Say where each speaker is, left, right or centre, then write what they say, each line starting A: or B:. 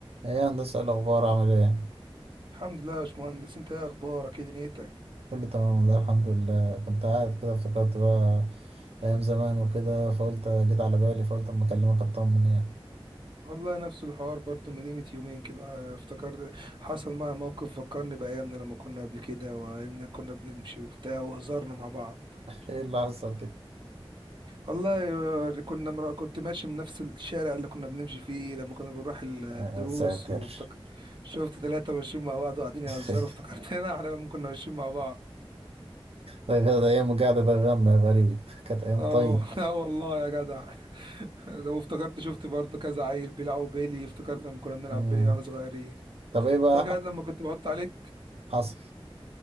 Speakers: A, on the right; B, on the right.
A: ايه يا هندسة إيه الأخبار عامل ايه؟
B: الحمد لله يا باشمهندس انت ايه اخبارك ايه دنيتك
A: كله تمام والله الحمد لله كنت قاعد كده افتكرت بقى أيام زمان وكده فقلت جيت على بالي فقلت أما أكلمك أطمن يعني
B: والله نفس الحوار برضو من قيمة يومين كده اه، افتكرت حصل معايا موقف فكرني بأيامنا لما كنا قبل كده وإن كنا بنمشي وبتاع وهزرنا مع بعض
A: <laughs> ايه اللي حصل كده؟
B: والله اه، كنا مرا... كنت ماشي من نفس الشارع اللي كنا بنمشي فيه لما كنا بنروح ال- الدروس
A: آه ساتر
B: وافتكر شفت ثلاثة ماشيين مع بعض وقاعدين يهزروا
A: <laughs>
B: افتكرتنا <laughs> احنا لما كنا ماشيين مع بعض
A: ده كانت أيام قاعدة ده غم يا غريب كانت أيام
B: اه
A: طيب
B: <laughs> اه والله يا جدع <laughs> ده وافتكرت شفت برضو كذا عيل بيلعبوا بيلي افتكرت لما كنا بنلعب
A: مم.
B: بيلي واحنا صغيرين
A: طب ايه بقى
B: فاكر قد لما كنت بعط عليك
A: حصل؟